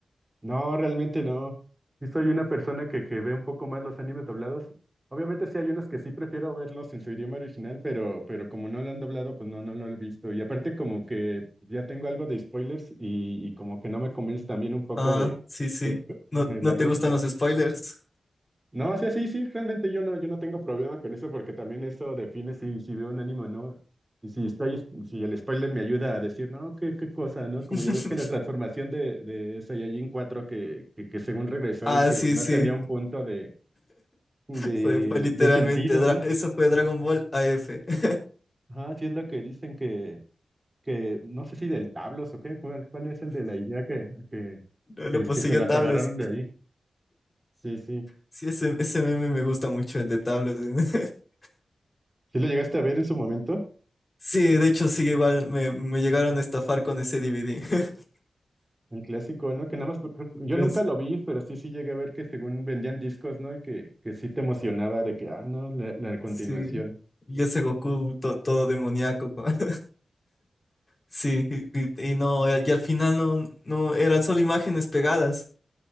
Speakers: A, on the right; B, on the left.
A: No, realmente no. Sí soy una persona que, que ve un poco más los animes doblados. Obviamente sí hay unos que sí prefiero verlos en su idioma original, pero, pero como no lo han doblado, pues no, no, no lo he visto. Y aparte como que ya tengo algo de spoilers y, y como que no me convence también un poco
B: Ah,
A: de,
B: sí, sí.
A: de
B: ¿No,
A: <laughs>
B: no
A: la
B: te
A: trama.
B: gustan los spoilers?
A: No, o sea, sí, sí, realmente yo no, yo no tengo problema con eso porque también eso define si, si veo un anime o no. Y si estoy, es- si el spoiler me ayuda a decir, no, qué, qué cosa, ¿no? Como
B: <laughs>
A: ya ves que la transformación de, de Saiyajin 4 que, que, que según regresó
B: Ah,
A: y que
B: sí,
A: no
B: sí.
A: tenía un punto de, de,
B: Fue, fue literalmente,
A: de sentido,
B: dra-
A: ¿no?
B: eso fue Dragon Ball AF. <laughs>
A: Ajá, sí es lo que dicen que, que no sé si del tablos o qué, cuál, cuál es el de la idea que, que,
B: Lo,
A: que,
B: lo poseyó
A: que se las
B: Tablas.
A: agarraron de ahí. Sí, sí.
B: Sí, ese, ese meme me gusta mucho, el de Tablas. <laughs>
A: ¿Sí lo llegaste a ver en su momento?
B: Sí, de hecho, sí, igual me, me llegaron a estafar con ese DVD. <laughs>
A: El clásico, ¿no? Que nada más, por- creo- yo
B: Gracias.
A: nunca lo vi, pero sí, sí llegué a ver que según vendían discos, ¿no? Y que, que sí te emocionaba de que, ah, no, la, la continuación.
B: Sí. Y ese Goku to- todo demoníaco. <laughs> Sí, y, y- y no, y al final no, no, eran solo imágenes pegadas.